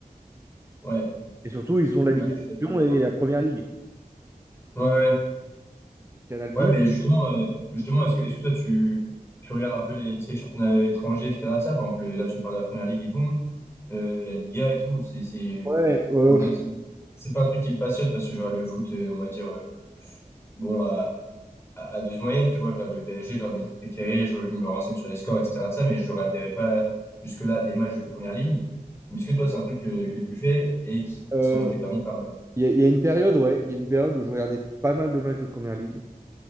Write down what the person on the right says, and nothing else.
et surtout ils ont la Ligue
des
Champions
et
la Première Ligue.
Donc
Canal+.
Ouais, euh,
euh,
il y, a il y a une période ouais, il y a une période où je regardais pas mal de matchs de Première Ligue.